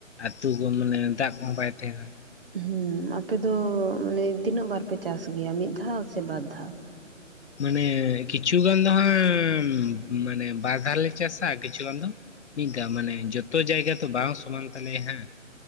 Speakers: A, on the left; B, on the right.
A: ᱟᱹᱛᱩ ᱠᱚ ᱢᱟᱱᱮ ᱫᱟᱜ ᱠᱚᱦᱚᱸ ᱵᱟᱭ ᱛᱟᱦᱮᱱᱟ᱾
B: ᱦᱩᱸ, ᱟᱯᱮ ᱫᱚ ᱢᱟᱱᱮ ᱛᱤᱱᱟᱹᱜ ᱵᱟᱨ ᱯᱮ ᱪᱟᱥ ᱜᱮᱭᱟ ᱢᱤᱫ ᱫᱷᱟᱣ ᱥᱮ ᱵᱟᱨ ᱫᱷᱟᱣ?
A: ᱢᱟᱱᱮ ᱠᱤᱪᱷᱩ ᱜᱟᱱ ᱫᱚ ᱦᱟᱸᱜ ᱢᱟᱱᱮ ᱵᱟᱨ ᱫᱷᱟᱣᱞᱮ ᱪᱟᱥᱟ ᱠᱤᱪᱷᱩ ᱜᱟᱱ ᱫᱚ ᱢᱤᱫ ᱫᱷᱟᱣ᱾ ᱢᱟᱱᱮ ᱡᱚᱛᱚ ᱡᱟᱭᱜᱟ ᱛᱚ ᱵᱟᱝ ᱥᱚᱢᱟᱱ ᱛᱟᱞᱮᱭᱟ ᱦᱟᱸᱜ᱾